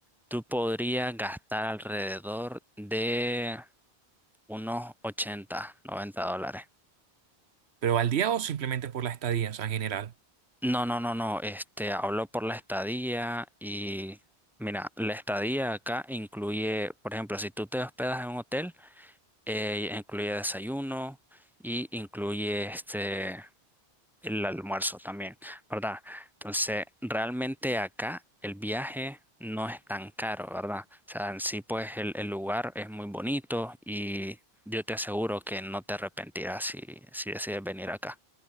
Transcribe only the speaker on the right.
pero al día o simplemente por la estadía, o sea, en general.